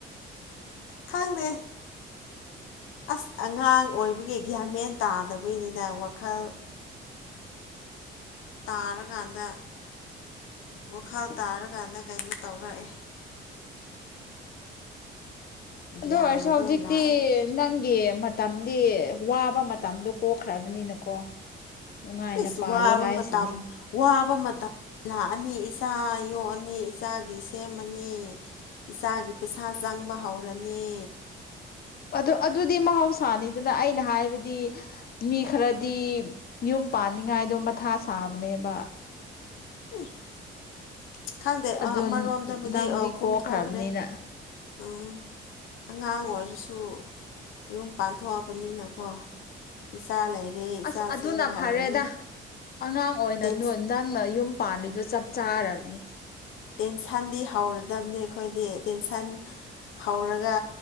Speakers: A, on the left; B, on the left.
A: ꯈꯪꯗꯦ ꯑꯁ ꯑꯉꯥꯡ ꯑꯣꯏꯕꯒꯤ ꯒ꯭ꯌꯥꯃꯦꯟ ꯇꯥꯗꯕꯩꯅꯤꯗ ꯋꯥꯈꯜ ꯇꯥꯔꯀꯥꯟꯗ
B: ꯎꯝ
A: ꯋꯥꯈꯜ ꯇꯥꯔꯀꯥꯟꯗ ꯀꯩꯅꯣ ꯇꯧꯔꯛꯑꯦ
B: ꯑꯗꯨ
A: ꯒ꯭ꯌꯥꯟꯗꯣ
B: ꯑꯣꯏꯔꯁꯨ ꯍꯧꯖꯤꯛꯇꯤ
A: ꯂꯥꯛꯑꯦ
B: ꯅꯪꯒꯤ ꯃꯇꯝꯗꯤ ꯋꯥꯕ ꯃꯇꯝꯗꯣ ꯀꯣꯛꯈ꯭ꯔꯕꯅꯤꯅꯀꯣ ꯅꯨꯡꯉꯥꯏꯅ
A: ꯏꯁ
B: ꯄꯥꯜꯂꯣ
A: ꯋꯥꯕ
B: ꯍꯥꯏꯁꯤꯅꯤ
A: ꯃꯇꯝ ꯋꯥꯕ ꯃꯇꯝ ꯂꯥꯛꯑꯅꯤ ꯏꯆꯥ ꯌꯣꯛꯑꯅꯤ ꯏꯆꯥꯒꯤ ꯁꯦꯝꯃꯅꯤ ꯏꯆꯥꯒꯤ ꯄꯩꯁꯥ ꯆꯪꯕ ꯍꯧꯔꯅꯤ
B: ꯑꯗꫭ ꯑꯗꯨꯗꯤ ꯃꯍꯧꯁꯥꯅꯤꯗꯅ ꯑꯩꯅ ꯍꯥꯏꯕꯗꯤ ꯃꯤ ꯈꯔꯗꯤ ꯌꯨꯝ ꯄꯥꯟꯅꯤꯡꯉꯥꯏꯗꯣ ꯃꯊꯥ ꯁꯥꯕꯅꯦꯕ꯫
A: <unintelligible> ꯈꯪꯗꯦ
B: ꯑꯗꯣ
A: ꯑ ꯑꯃꯔꯣꯝꯗꯕꯨꯗꯤ
B: ꯅꯪꯗꯤ
A: ꯑ ꯀꯨꯝꯊꯣꯛꯈ꯭ꯔꯦ꯫
B: ꯀꯣꯛꯈ꯭ꯔꯕꯅꯤꯅ
A: ꯎꯝ ꯑꯉꯥꯡ ꯑꯣꯏꯔꯁꯨ ꯌꯨꯝ ꯄꯥꯟꯊꯣꯛꯑꯕꯅꯤꯅꯀꯣ꯫ ꯏꯆꯥ ꯂꯩꯔꯦ ꯏꯆꯥ
B: ꯑꯁ ꯑꯗꯨꯅ
A: ꯁꯦꯝꯕ ꯍꯧꯔꯅꯤ
B: ꯐꯔꯦꯗ ꯑꯉꯥꯡ ꯑꯣꯏꯅ
A: ꯇꯦꯟꯁ
B: ꯅꯣꯟ ꯅꯪ ꯅꯪꯅ ꯌꯨꯝ ꯄꯥꯟꯔꯤꯗꯣ ꯆꯞ ꯆꯥꯔꯕꯅꯦ꯫
A: ꯇꯦꯟꯁꯟꯗꯤ ꯍꯧꯔꯗꯕꯅꯤ ꯑꯩꯈꯣꯏꯗꯤ ꯇꯦꯟꯁꯟ ꯍꯧꯔꯒ